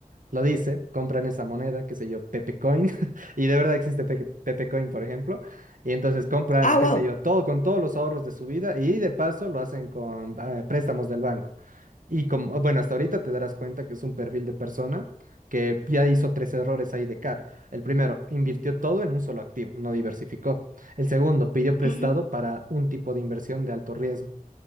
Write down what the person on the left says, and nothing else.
Ah,
wow.
Ujú,